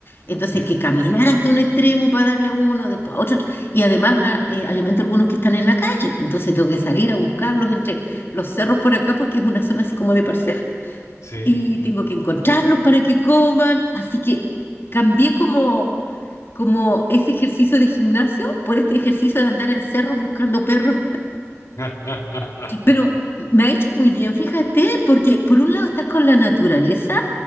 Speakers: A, on the left; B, on the left.
A: entonces
B: sí,
A: hay que caminar hasta un extremo para darle uno, después a otro, y además a- eh, alimento algunos que están en la calle, entonces tengo que salir a buscarlos entre los cerros por acá porque es una zona así como de parcela,
B: sí.
A: y tengo que encontrarlos para que coman, así que cambié como como ese ejercicio de gimnasio por este ejercicio de andar en cerros buscando perros.
B: <laughs>
A: Pero me ha hecho muy bien, fíjate, porque por un lado estar con la naturaleza